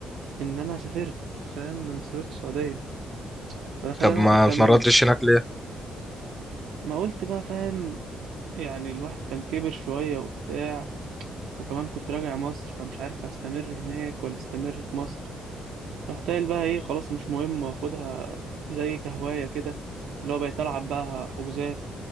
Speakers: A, on the right (about 80°); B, in the centre.
A: إن أنا سافرت فاهم لما سافرت السعودية فده خلاني
B: طب ما
A: أوقف تمرين
B: اتمرنتش هناك ليه
A: ما قلت بقى فاهم يعني الواحد كان كبر شوية وبتاع وكمان كنت راجع مصر فمش عارف استمر هناك ولا استمر في مصر رحت قايل بقى ايه خلاص مش مهم واخدها زي كهواية كده اللي هو بقيت العب بقى حجوزات